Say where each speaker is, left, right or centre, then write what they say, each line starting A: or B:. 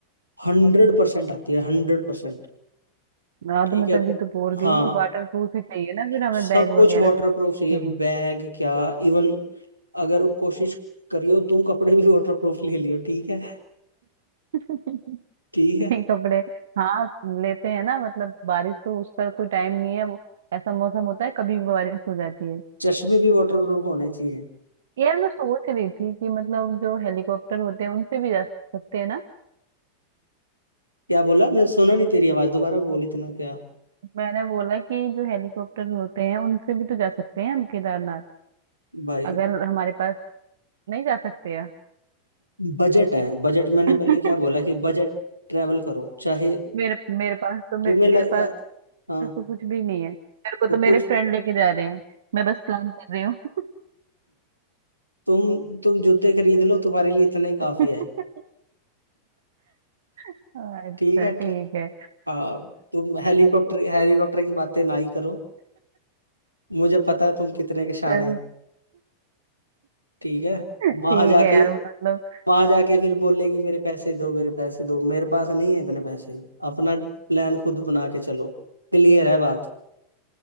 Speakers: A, on the right; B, on the right.
A: हंड्रेड परसेंट आती है हंड्रेड परसेंट।
B: मैं
A: ठीक
B: तो मतलब
A: है
B: भी तो बोल रही
A: हाँ
B: हूँ कि वाटर प्रूफ ही चाहिए ना फिर हमें
A: सब
B: बैग वगैरह
A: कुछ वाटर
B: सब
A: प्रूफ चाहिए
B: चीज
A: बैग क्या इवन अगर कोशिश करियो तू कपड़े भी वाटर प्रूफ ले लियो ठीक है
B: <laughs>
A: ठीक
B: नहीं
A: है
B: कपड़े हाँ लेते हैं ना मतलब बारिश तो उसका कोई टाइम नहीं है वो ऐसा मौसम होता है कभी भी बारिश हो जाती है
A: चश्मे भी वाटर प्रूफ होने चाहिए
B: यार मैं सोच रही थी कि मतलब जो हेलीकॉप्टर होते हैं उनसे भी जा सकते हैं ना
A: क्या बोला मैं सुना नहीं तेरी आवाज दोबारा बोल इतना क्या
B: मैंने बोला कि जो हेलीकॉप्टर होते हैं उनसे भी तो जा सकते हैं हम केदारनाथ
A: भाई
B: अगर हमारे पास नहीं जा सकते हैं
A: बजट है बजट मैंने पहले
B: <laughs>
A: क्या बोला कि बजट ट्रैवल करो चाहे
B: मेरे मेरे पास तो
A: तुम्हें
B: मेरे
A: लग अ-
B: पास
A: हाँ
B: तो कुछ भी नहीं है मेरे को
A: तो
B: तो मेरे
A: कुछ
B: फ्रेंड लेके जा रहे हैं मैं बस प्लान कर रही हूँ
A: तुम तुम जूते खरीद लो तुम्हारे लिए इतना ही काफी
B: <laughs>
A: है
B: अच्छा
A: ठीक है
B: ठीक
A: ट्र-
B: है
A: हाँ तुम हेलीकॉप्टर हेलीकॉप्टर की बातें ना ही करो मुझे पता है तुम कितने के शान
B: चल,
A: है ठीक है
B: ठीक
A: वहां जाके
B: है यार मतलब
A: वहां जाके फिर बोलेगी मेरे पैसे दो मेरे पैसे दो मेरे पास नहीं है इतने पैसे अपना प्लान खुद बना के चलो क्लियर है बात